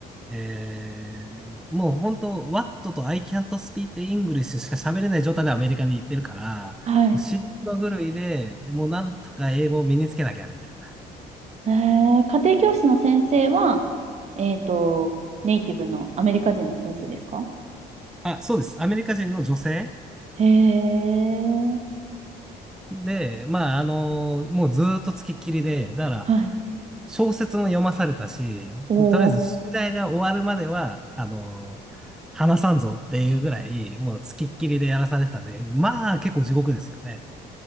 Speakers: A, in the centre; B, on the right.
A: えー、もう本当、What と I can't speak English しか喋れない状態でアメリカに行ってるから、もう死ぬ狂いで、
B: はい。
A: もうなんとか英語を身につけなきゃみたい
B: えー、家庭教師の先生は、えっと、ネイティブのアメリカ人の先生ですか
A: な。あ、そうです。アメリカ人の女性
B: へえ、
A: で、まあ、あのもうずーっとつきっきりで、だから、
B: はい。
A: 小説も読まされたし、
B: おお。
A: とりあえず宿題が終わるまでは、あの話さんぞっていうぐらい、もうつきっきりでやらされてたんで、まあ、結構地獄ですよね。